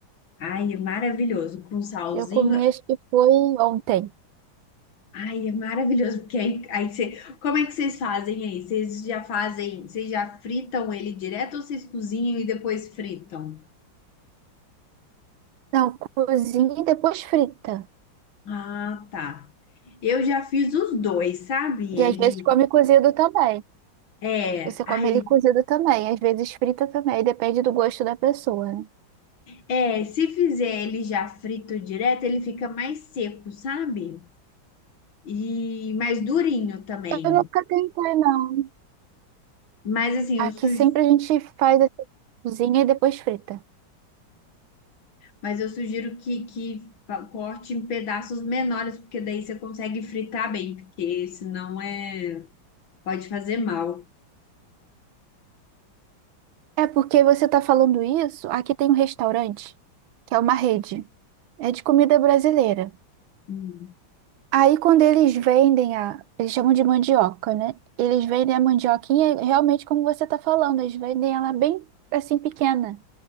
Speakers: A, on the left; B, on the right.
A: Ai, é maravilhoso, com salzinho.
B: Eu comi, acho que foi ontem.
A: Ai, é maravilhoso, porque aí, aí você, como é que vocês fazem aí? Vocês já fazem, vocês já fritam ele direto ou vocês cozinham e depois fritam?
B: Não, cozinha e depois frita.
A: Ah, tá. Eu já fiz os dois, sabe?
B: E
A: Ele
B: às vezes come cozido também.
A: é,
B: Você
A: ai,
B: come ele cozido também, às vezes frita também, depende do gosto da pessoa, né?
A: é, se fizer ele já frito direto, ele fica mais seco, sabe? e mais durinho também.
B: Eu nunca tentei, não.
A: Mas assim, eu
B: Aqui
A: sugiro,
B: sempre a gente faz essa cozinha e depois frita.
A: mas eu sugiro que, que pa- corte em pedaços menores, porque daí você consegue fritar bem, porque senão é pode fazer mal.
B: É porque você tá falando isso, aqui tem um restaurante, que é uma rede. É de comida brasileira.
A: Hum.
B: Aí quando eles vendem a, eles chamam de mandioca, né? Eles vendem a mandioquinha realmente como você tá falando, eles vendem ela bem assim pequena.